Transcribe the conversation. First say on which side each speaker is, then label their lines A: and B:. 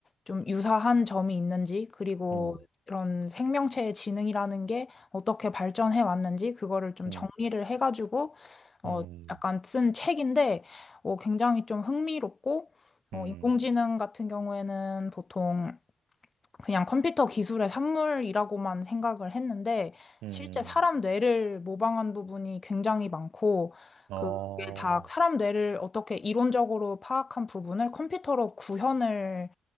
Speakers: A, on the left (about 25°); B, on the right (about 85°).
A: 좀 유사한 점이 있는지, 그리고
B: 음,
A: 이런 생명체의 지능이라는 게 어떻게 발전해 왔는지, 그거를 좀
B: 음,
A: 정리를 해가지고, 어,
B: 음,
A: 약간 쓴 책인데, 어, 굉장히 좀 흥미롭고, 어,
B: 음, 음.
A: 인공지능 같은 경우에는 보통 그냥 컴퓨터 기술의 산물이라고만 생각을 했는데
B: 음.
A: 실제 사람 뇌를 모방한 부분이 굉장히 많고
B: 어,
A: 그 그게 다 사람 뇌를 어떻게 이론적으로 파악한 부분을 컴퓨터로 구현을